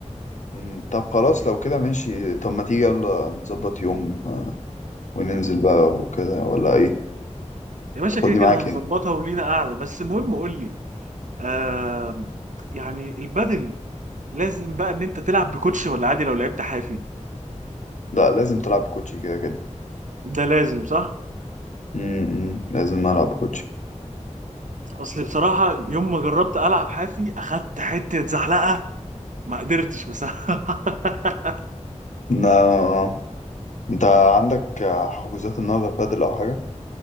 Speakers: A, on the left; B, on the right.
A: مم، طب خلاص لو كده ماشي طب ما تيجي يلا نظبط يوم آه، وننزل بقى وكده ولا ايه
B: يا باشا
A: تاخدني
B: كده كده
A: معاك
B: هنظبطها
A: يعني
B: ولينا قاعده بس المهم قول لي آه يعني البادل لازم بقى ان انت تلعب بكوتش ولا عادي لو لعبت حافي
A: لا لازم تلعب بكوتشي كده كده
B: ده لازم صح
A: امم لازم ألعب بكوتشي
B: اصل بصراحه يوم ما جربت العب حافي اخدت حته زحلقه ما قدرتش بصراحه <laughs>
A: نا... انت عندك حجوزات النهارده بادل او حاجه